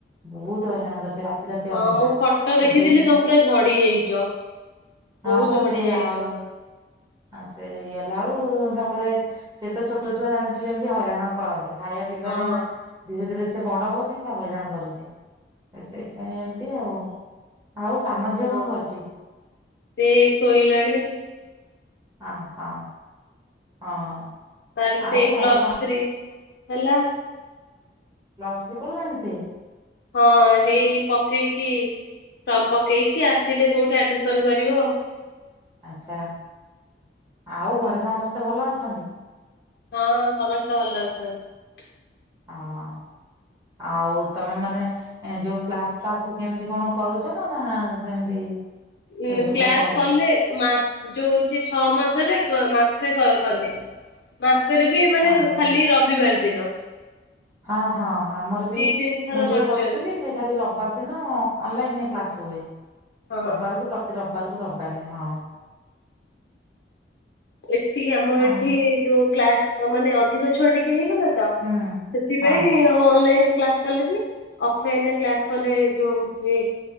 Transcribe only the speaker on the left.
ହଁ
ମୁଁ ଫଟୋ ଦେଖିଥିଲି
ତମେ ପୁରା ଝଡି ଯାଇଛ ବହୁତ
ଝଡି
ଯାଇଛ।
ହଁ
ହଁ
ଏଇ ଶୋଇଲାଣି
ତାର ବି
ସେଇ
ପ୍ଲସ
ଥ୍ରୀ ହେଲା
ହଁ ହେଇ ପକେଇଛି ଫର୍ମ ପକେଇଛି ଆସିଲେ କୋଉଠି ଆଡମିସନ କରିବ।
ହଁ ସମସ୍ତେ ଭଲ ଅଛନ୍ତି।
ଉ
କ୍ଲାସ
କଲେ ମା ଯୋଉଛି ଛଅ ମାସରେ ମାସେ କଲେ ମା ମାସରେ ବି ମାନେ
ଖାଲି ରବିବାର ଦିନ।
ଦି ତିନି ଥର
କରିଛନ୍ତି।
ହଁ
ଏଠି ଆମ
ଏଠି ଯୋଉ କ୍ଲାସ ମାନେ ଅ ଅଧିକ ଛୁଆ ଟିକେ ହେଇଗଲା ସେଥିପାଇଁ
ଆଉ ଅନଲାଇନ୍ କ୍ଲାସ କଲେ ପୁଣି ଓଏଫ୍ଲିନ କ୍ଲାସ କଲେ ଯୋଉ ସେ